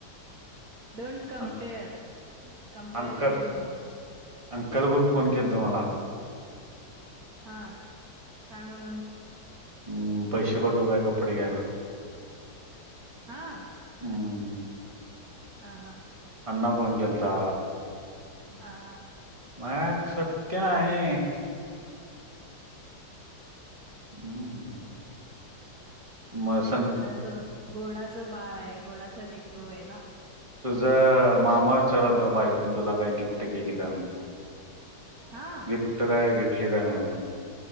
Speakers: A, on the right (about 55°); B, on the right (about 15°).
A: don't compare
B: um
A: compare
B: uncle
A: करूनकोस.
B: अंकल हुन फोन केलतयं मला
A: हा काय म्हणून.
B: हम्म पैसे पाठवू काय कपडे घ्यायला.
A: हा.
B: हम्म
A: ह. हा.
B: अण्णा फोन केलता.
A: हा, हा,
B: माय एक सत्य नाही. हम्म मग सं
A: गोडाचं बाळ आहे गोडाचं लेकरू आहे ना.
B: तुझ मामा विचारायला बायकोने तुला काही गिफ्ट केली काय म्हणून.
A: हा
B: गिफ्ट काय घेतली काय नाही म्हणून.